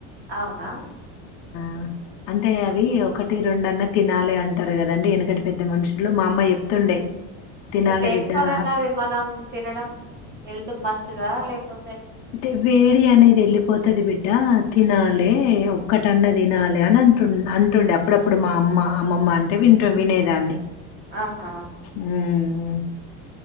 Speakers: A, on the right (about 30°); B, on the left (about 50°).
A: అవునా
B: అ అంటే
A: ఉహు.
B: అవి ఒకటి రెండు అన్న తినాలి అంటారు కదండి వెనకటి పెద్ద మనుషులు మా అమ్మ చెప్తుండే తినాలి
A: దేని
B: బిడ్డ
A: పరంగా అది మనం తినడం హెల్ హెల్త్ కు మంచిదా లేకపో
B: అంటే వేడి అనేది ఎలి పోతది బిడ్డ తినాలి ఒక్కటన్న తినాలి అని, అంటు అంటుండే అప్పుడప్పుడు మా అమ్మ అమ్మమ్మ అంటే వింట వినేది దాని
A: ఆహా
B: హు మ్